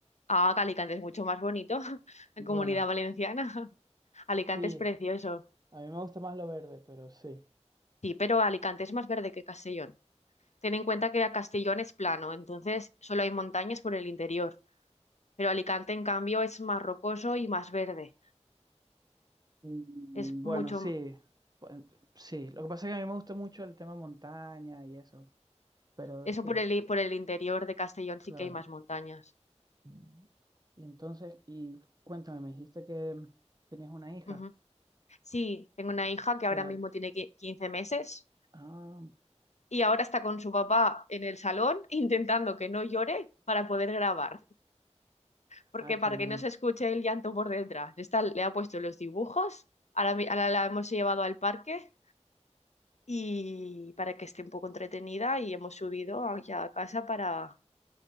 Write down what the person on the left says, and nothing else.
Ah, que Alicante es mucho más bonito, <laughs> en
Comunidad Valenciana. <laughs> Alicante
es precioso.
Sí, pero Alicante es más verde que Castellón. Ten en cuenta que Castellón es plano, entonces solo hay montañas por el interior, pero Alicante en cambio es más rocoso y más verde.
Es
mucho,
eso
por el, por el interior de Castellón
sí que hay más montañas.
Ujú. Sí, tengo una hija que
ahora
mismo tiene qui- 15 meses.
y ahora está con su papá en el salón <laughs> intentando que no llore para poder grabar, porque
para
que no se escuche el llanto por detrás. Está, le ha puesto los dibujos, ahora, mi- ahora la hemos llevado al parque y para que esté un poco entretenida y hemos subido aquí a casa para,